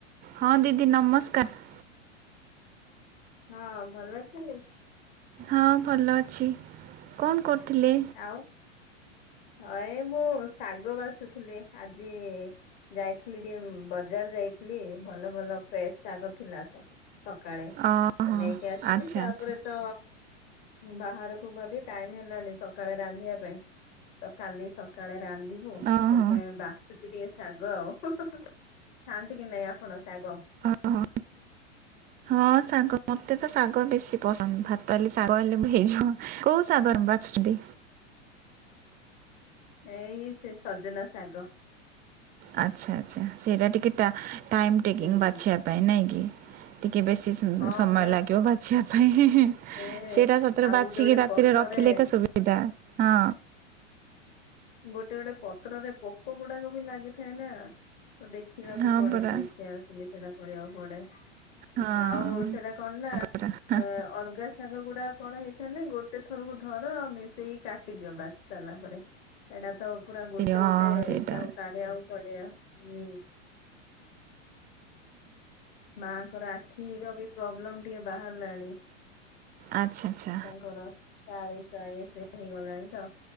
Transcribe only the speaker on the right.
ହଁ ଦିଦି ନମସ୍କାର।
ହଁ ଭଲ ଅଛି କଣ କରୁଥିଲେ?
ଓହୋ
ଆଚ୍ଛା
ଆଚ୍ଛା
ଓହୋ
ଓହୋ ହଁ ଶାଗ ମତେ ତ ଶାଗ ବେଶୀ ପସନ୍ଦ ଭାତ ଶାଗ ହେଲେ ହେଇଯିବ କୋଉ ଶାଗ ବାଛୁଛନ୍ତି?
ଆଚ୍ଛା ଆଚ୍ଛା ସେଇଟା ଟାଇମ୍ ଟେକିଂଙ୍ଗ୍
ବାଛିବା ପାଇଁ ନାଇଁ କି? ଟିକେ ବେଶୀ
ସମୟ
ଲାଗିବ ବାଛିବା ପାଇଁ ହିଁ -ହିଁ- ହି
ସେଇଟା ସତରେ
ବାଛିକି
ରାତିରେ
ରଖିଲେ ଏକ ସୁବିଧା ହଁ।
ହଁ
ପରା
ହଁ
କାଟିଦିଅ
ହଁ
ସେଇଟା
ଆଚ୍ଛା ଆଚ୍ଛା